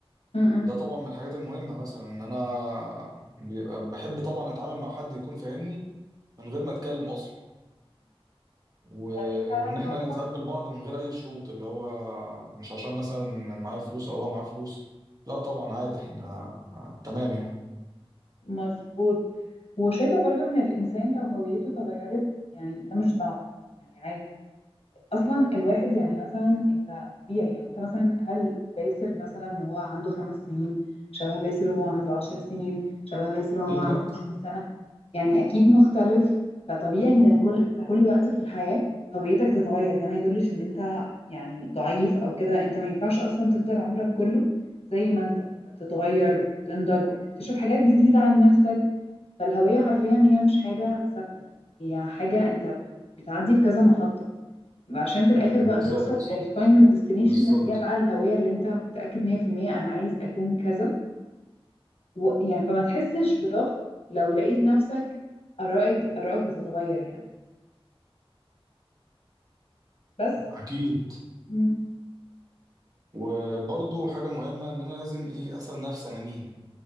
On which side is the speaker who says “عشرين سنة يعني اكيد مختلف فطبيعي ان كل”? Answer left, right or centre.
Left